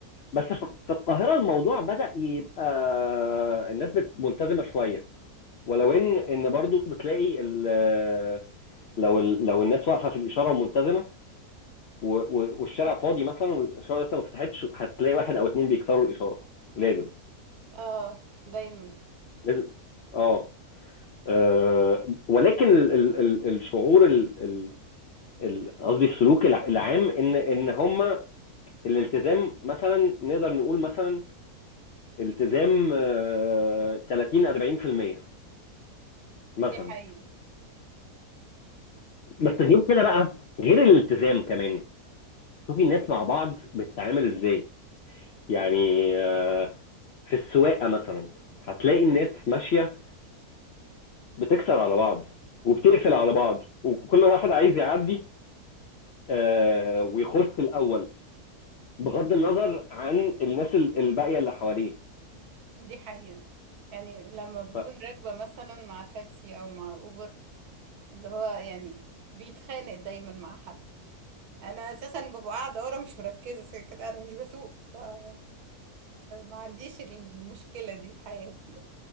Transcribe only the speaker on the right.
اه دايما
دي حقيقة
دي حقيقة يعني لما بكون
راكبة مثلا مع تاكسي او مع اوبر اللي هو يعني بيتخانق دايما مع حد انا اساسا ببقى قاعده ورا مش مركزه زي كده انا مش بسوق فما عنديش المشكله دي في حياتي